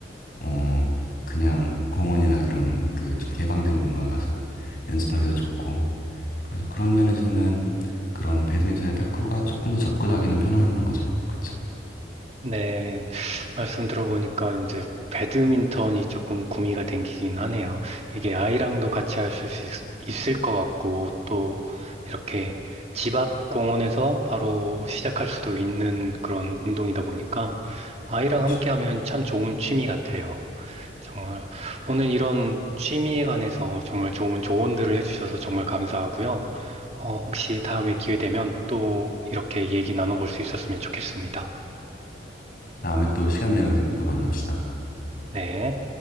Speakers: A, on the left; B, on the right.
A: 어 그냥 공원이나 그런 그 좀 개방된 공간 가서 연습하기도 좋고 그래서 그런 면에서는 그런 배드민턴이나 탁구가 조금 더 접근하기는 편한 거죠. 그쵸?
B: 네, 말씀 들어보니까 이제 배드민턴이 조금 구미가 땡기긴 하네요. 이게 아이랑도 같이 할 수 있을 것 같고, 또 이렇게 집 앞 공원에서 바로 시작할 수도 있는 그런 운동이다 보니까 아이랑
A: 그쵸.
B: 함께 하면 참 좋은 취미 같아요. 정말 오늘 이런 취미에 관해서 정말 좋은 조언들을 해주셔서 정말 감사하고요. 어, 혹시 다음에 기회 되면 또 이렇게 얘기 나눠볼 수 있었으면 좋겠습니다.
A: 다음에 또 시간 되면 또 만납시다.
B: 네.